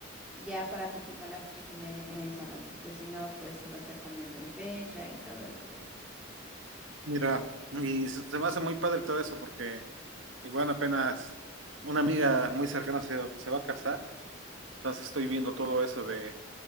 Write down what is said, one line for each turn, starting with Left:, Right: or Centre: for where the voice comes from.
Centre: y ya para confirmar la fecha también en el salón, porque si no, pues se va a estar cambiando de fecha y todo, y pues.
Right: Mira, y se se me hace muy padre todo eso porque igual apenas una amiga muy cercana se, se va a casar, entonces estoy viendo todo eso de,